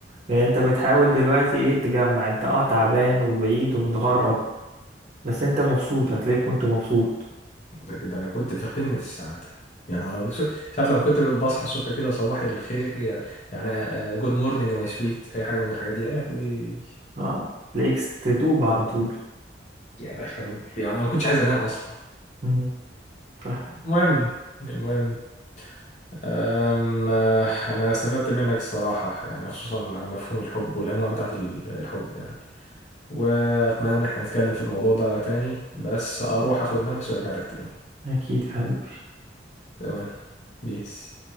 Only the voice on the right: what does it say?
يعني انت بتحاول دلوقتي ايه تجمع انت اه تعبان وبعيد ومتغرب بس انت مبسوط هتلاقيك كنت مبسوط
اه تلاقيك تدوب على طول
مم. فاهم
اكيد يا حبيبي